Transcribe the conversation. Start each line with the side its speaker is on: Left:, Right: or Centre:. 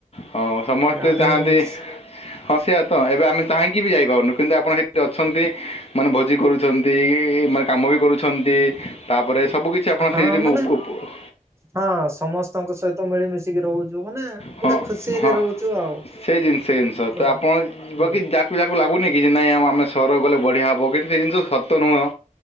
Left: ହଉ ସମସ୍ତେ
Right: ଗାଁରେ
Left: ଚାହାନ୍ତି
Right: ହିଁ ରହୁଛି
Left: ହଁ ସେଇଆ ତ ଏବେ ଆମେ ଚାହିଁକି ବି ଯାଇପାରୁନୁ କିନ୍ତୁ ଆପଣ ସେଠି ଅଛନ୍ତି ମାନେ ଭୋଜି କରୁଛନ୍ତି। ତିହି ମାନେ କାମ ବି କରୁଛନ୍ତି ତା ପରେ ସବୁ କିିଛି ଆପଣ
Right: ହଁ
Left: ସେଇରେ
Right: ମାନେ
Left: ମୁଁ <unintelligible>
Right: ହଁ ସମସ୍ତଙ୍କ ସହିତ ମିଳିମିଶିକି ରହୁଛୁ ମାନେ
Left: ହଁ
Right: ଗୋଟେ ଖୁସି
Left: ହଁ
Right: ରେ ରହୁଛୁ ଆଉ।
Left: ସେ ଜିନିଷ ସେ ଜିନିଷ ତ
Right: ପୁରା।
Left: ଆପଣ ଯିବ
Right: ହୁଁ,
Left: କି ଯା ପିଲାକୁ ଲାଗୁନି କି ଯେ ନାଇଁ ଆଉ ଆମେ ସହର ଗଲେ ବଢିଆ ହେବ କିନ୍ତୁ ସେ ଜିନିଷ ସତ ନୁହେଁ।